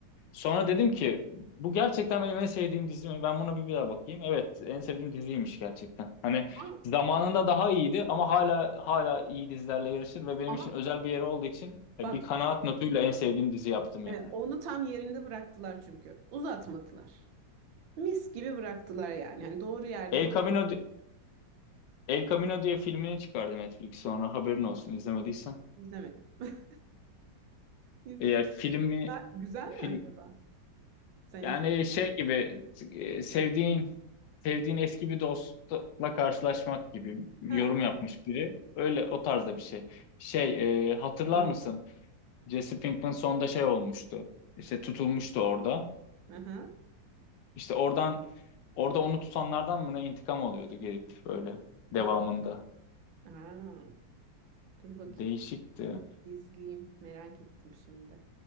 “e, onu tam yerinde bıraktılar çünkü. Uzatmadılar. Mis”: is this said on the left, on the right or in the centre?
Right